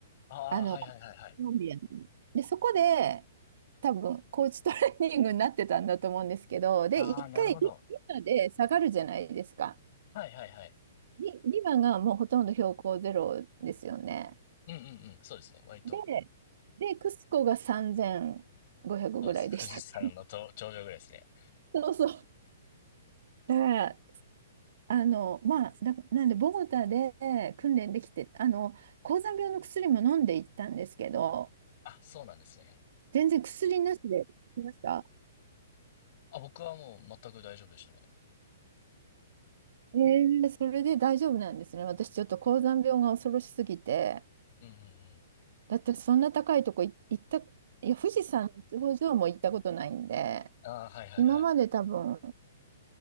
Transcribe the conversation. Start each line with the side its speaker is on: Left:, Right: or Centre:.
Left: ああー、
Right: あの、
Left: はいはいはいはい。
Right: コロンビアので、そこで、多分、コーチトレーニングになってたんだと思うんですけど、で、
Left: ああ、
Right: 一回リ、
Left: なるほど。
Right: リマで下がるじゃないですか。
Left: はいはいはい。
Right: リ、リマがもうほとんど標高ゼロですよね。
Left: うんうんうん、そうですね。割と、
Right: で、で、クスコが3500ぐらいでしたっけ
Left: そうです。富士山のと頂上ぐらいですね。
Right: そうそう。だから、あの、まあ、だ、なんで、ボゴタで訓練できて、あの、高山病の薬も飲んでいったんですけど、
Left: あ、そうなんですね。
Right: 全然薬なしで来ました。
Left: あ、僕はもう全く大丈夫でしたね。
Right: えーそれで大丈夫なんですね。私、ちょっと高山病が恐ろしすぎて、
Left: うんうんうん。
Right: だってそんな高いとこい行った、いや、富士山の頂上も行ったことないんで、
Left: ああ、はいはいはい。
Right: 今まで多分、